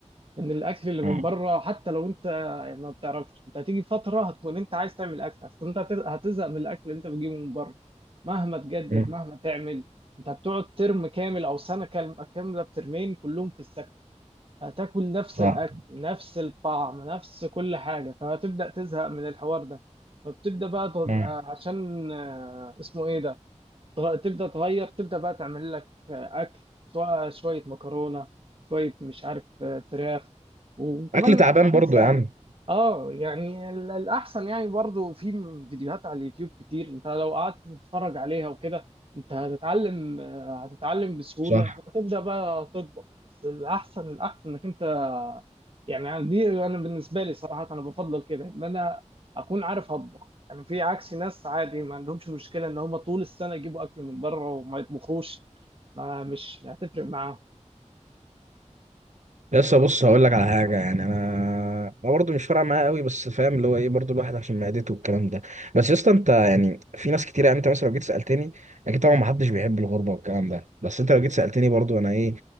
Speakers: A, on the right (about 45°); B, on the right (about 70°).
A: لان الاكل اللي من
B: مم.
A: بره حتى لو انت يعني ما بتعرفش انت هتيجي فتره هتكون انت عايز تعمل اكل اصل انت هت- هتزهق من الاكل اللي انت بتجيبه من بره مهما تجدد
B: مم.
A: مهما تعمل انت بتقعد ترم كامل او سنه كام- كامله بترمين كلهم في السكن هتاكل نفس
B: صح
A: الاكل نفس الطعم نفس كل حاجه فهتبدا تزهق من الحوار ده فبتبدا بقى تبقى
B: مم.
A: عشان آه، اسمه ايه ده تغ- تبدا تغير تبدا بقى تعمل لك آه، اكل سواء شويه مكرونه شويه مش عارف آه، فراخ وكمان
B: اكل تعبان
A: حاجات
B: برضو
A: سهله
B: يا عم
A: اه يعني ال- الاحسن يعني برضو في م- فيديوهات على اليوتيوب كتير انت لو قعدت تتفرج عليها وكده انت هتتعلم آه، هتتعلم بسهوله
B: صح
A: وهتبدا بقى تطبخ بس الاحسن الاحسن انك انت يعني دي انا بالنسبه لي صراحه انا بفضل كده ان انا اكون عارف اطبخ يعني في عكس ناس عادي ما عندهمش مشكلة ان هم طول السنة يجيبوا اكل من بره وما يطبخوش ما مش هتفرق معاهم
B: لسه بص هقول لك على حاجه يعني انا انا برضه مش فارقه معايا قوي بس فاهم اللي هو ايه برضه الواحد عشان معدته والكلام ده بس يا اسطى انت يعني في ناس كتير يعني انت مثلا لو جيت سالتني اكيد طبعا ما حدش بيحب الغربه والكلام ده بس انت لو جيت سالتني برضه انا ايه